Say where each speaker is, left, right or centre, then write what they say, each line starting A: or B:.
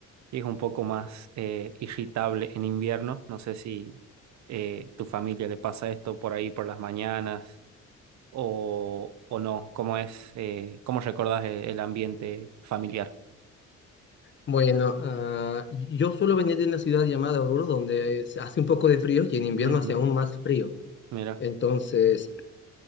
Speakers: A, on the right; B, on the left.
A: que es un poco más eh, irritable en invierno. No sé si eh, tu familia le pasa esto por ahí por las mañanas o, o no. ¿Cómo es, eh, cómo recordás el, el ambiente familiar?
B: Bueno, ah, yo suelo venir de una ciudad llamada Oruro, donde se hace un poco de frío y en invierno
A: Ujú,
B: hace aún más frío.
A: Mira,
B: Entonces,